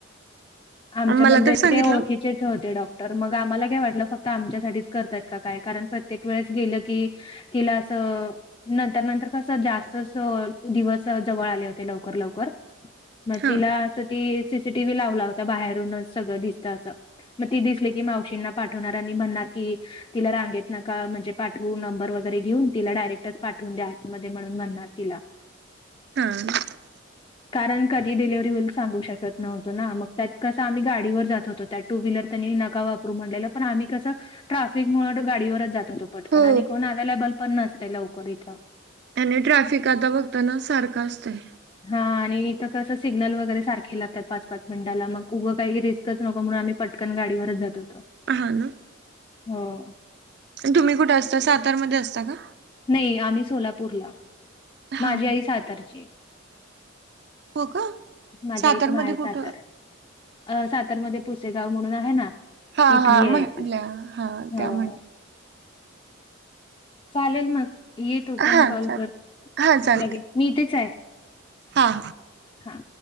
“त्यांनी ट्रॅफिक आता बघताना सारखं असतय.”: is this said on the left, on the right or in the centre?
Right